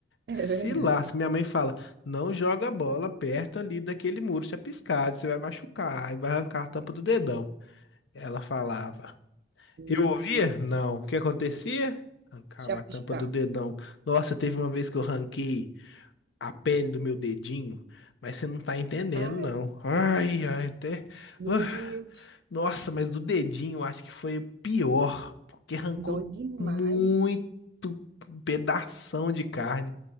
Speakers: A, on the right (about 55°); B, on the left (about 80°).
A: É
B: Se
A: verdade.
B: lasca. Minha mãe fala: não joga a bola perto ali daquele muro chapiscado, você vai machucar, aí vai arrancar a tampa do dedão. Ela falava.
A: Meu
B: Eu ouvia?
A: Deus.
B: Não. O que acontecia? Arrancava
A: Chapiscar.
B: a tampa do dedão. Nossa, teve uma vez que eu ranquei a pele do meu dedinho, mas você não tá entendendo,
A: Ai,
B: não. Ai, ai, até.
A: meu
B: Ah,
A: Deus.
B: nossa, mas do dedinho eu acho que foi o pior, porque arrancou
A: Dói demais.
B: muito pedação de carne.